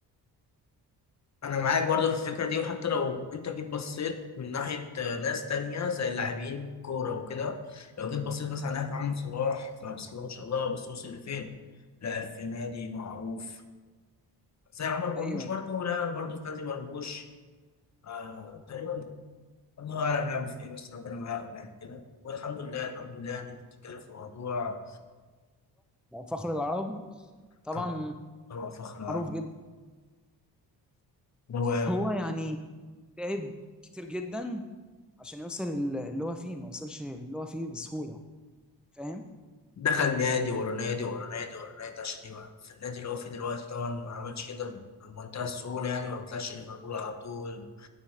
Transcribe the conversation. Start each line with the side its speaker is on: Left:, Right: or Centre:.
Left: أنا معاك برضه في الفكرة دي وحتى لو أنت جيت بصيت من ناحية آه، ناس تانية زي اللاعبين كورة وكده لو جيت بصيت مثلا على ناحية محمد صلاح فبسم الله ما شاء الله بص وصل لفين لعب في نادي معروف زي عمر مرموش
Centre: ايوه
Left: برضه لعب برضه في نادي مرموش آه تقريبا الله أعلم لعبوا في إيه بس ربنا معاهم يعني كده والحمد لله الحمد لله يعني بتتكلم في موضوع
Centre: فخر العرب طبعا
Left: طبعا طبعا فخر العرب
Centre: معروف جدا
Left: هو
Centre: هو يعني تعب كتير جدا عشان يوصل ال- اللي هو فيه ما وصلش اللي هو فيه بسهولة فاهم؟
Left: دخل نادي ورا نادي ورا نادي ورا نادي عشان يبقى في النادي اللي هو فيه دلوقتي طبعا ما عملش كده بمنتهى السهولة يعني ما طلعش ليفربول على طول